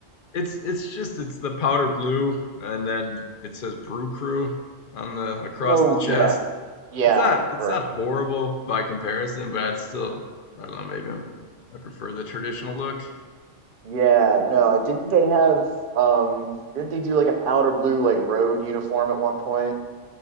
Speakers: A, on the left (about 55°); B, on the right (about 55°).
A: It's it's just it's the powder blue and then it says Brew Crew on the across
B: Oh
A: the chest.
B: yeah, yeah,
A: It's not it's
B: right.
A: not horrible by comparison, but I'd still I don't know, maybe I'm I prefer the traditional look.
B: Yeah, no, I didn't they have um didn't they do like a powder blue like road uniform at one point?